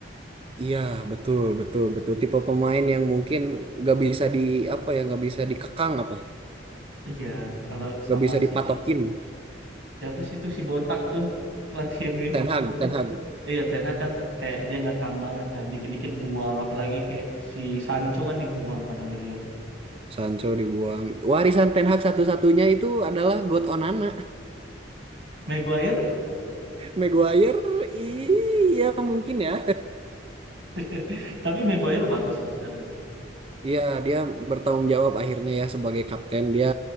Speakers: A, on the right; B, on the right.
A: Iya, betul, betul, betul. Tipe pemain yang mungkin gak bisa di apa ya, gak bisa dikekang apa,
B: Iya, kalau sama
A: gak bisa dipatokin.
B: si siapa sih itu si botak tuh pelatih MU yang
A: Ten
B: sebelumnya.
A: Hag, Ten Hag.
B: Iya, Ten Hag kan kayak dia ngekang banget kan, dikit-dikit buang, apalagi kayak si Sancho kan dibuang kan sama dia.
A: Sancho dibuang. Warisan Ten Hag satu-satunya itu adalah God Onana.
B: Maguire,
A: <laughs> Maguire, iya mungkin ya.
B: <laughs> tapi Maguire bagus sih sekarang.
A: Iya, dia bertanggung jawab akhirnya ya sebagai kapten. Dia